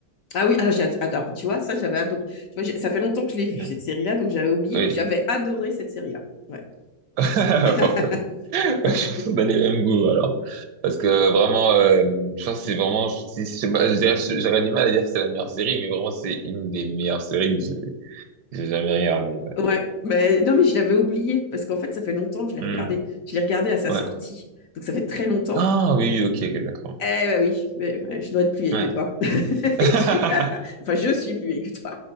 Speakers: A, on the left; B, on the right.
A: Ah oui, alors, j'ai ad- alors, tu vois, ça, j'avais adoré. Tu vois, j'ai- ça fait longtemps que je l'ai vue,
B: Ouais.
A: cette série-là, donc j'avais oublié.
B: Oui,
A: J'avais adoré cette série-là. Ouais.
B: <laughs>
A: <laughs>
B: parfait. <laughs> Je pense qu'on a les mêmes goûts, alors. Parce que vraiment, euh, je pense que c'est vraiment, si, je sais pas, je dirais- j'aurais du mal à dire que c'est la meilleure série, mais vraiment, c'est une des meilleures séries que j'ai que j'ai jamais regardées. ouais.
A: Ouais, mais non, mais je l'avais oublié parce qu'en fait, ça fait longtemps que je l'ai
B: Hmm,
A: regardé. Je l'ai regardé à sa
B: ouais.
A: sortie, donc ça fait très longtemps.
B: Ah oui, ok, ok, d'accord.
A: Eh ben oui, ouais, ouais, je dois être plus vieille
B: Ouais.
A: que toi. <laughs>
B: <laughs>
A: Et du- <laughs> Enfin, je suis plus vieille que toi.